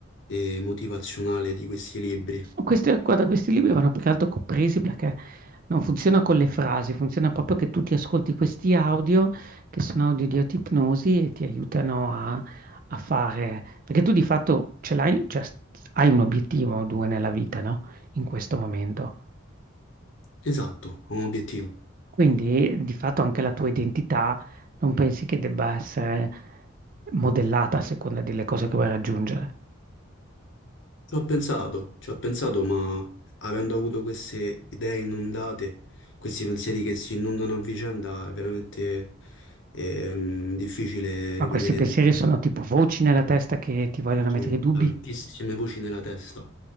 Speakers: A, on the left (about 65°); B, on the right (about 45°).
A: eh, motivazionale di questi libri?
B: Questi, guarda, questi libri vanno più che altro co- presi perché non funziona con le frasi, funziona proprio che tu ti ascolti questi audio, che sono audio di autoipnosi e ti aiutano a, a fare, perché tu di fatto ce l'hai, cioè, s- hai un obiettivo o due nella vita, no? In questo momento.
A: Esatto, ho un obiettivo.
B: Quindi di fatto anche la tua identità non pensi che debba essere modellata a seconda delle cose che vuoi raggiungere.
A: Ci ho pensato, ci ho pensato, ma avendo avuto queste idee inondate, questi pensieri che si inondano a vicenda, è veramente ehm, difficile
B: Ma
A: rimanere
B: questi pensieri
A: nel
B: sono tipo voci nella testa che ti vogliono
A: Sono
B: mettere i dubbi?
A: tantissime voci nella testa,